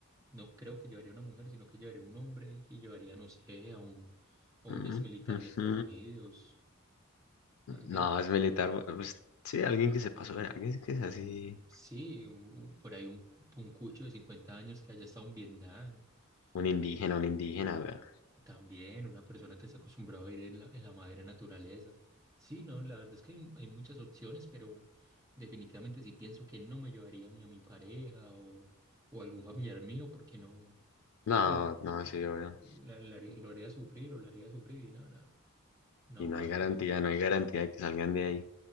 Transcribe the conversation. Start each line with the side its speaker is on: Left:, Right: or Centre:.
Right: no creo que llevaría una mujer, sino que llevaría un hombre y llevaría, no sé, a un, a un
Left: Mm,
Right: ex militar
Left: ujú.
Right: de Estados Unidos, a alguien,
Left: No, es militar. pues, sí, alguien que se pasó, eh, alguien que es así.
Right: sí, un- un- por ahí un, un cucho de 50 años que haya estado en Vietnam,
Left: Un indígena,
Right: a-
Left: un indígena, weón.
Right: también una persona que está acostumbrada a ir en la, en la madre naturaleza. Sí, no, la verdad es que hay, hay muchas opciones, pero definitivamente sí pienso que no me llevaría ni a mi pareja o, o algún familiar mío, porque no,
Left: No,
Right: pues
Left: no, sí, obvio.
Right: la, la haría- lo haría sufrir o la haría sufrir y nada, nada. No
Left: Y
Right: aguanta.
Left: no hay garantía, no hay garantía de que salgan de ahí.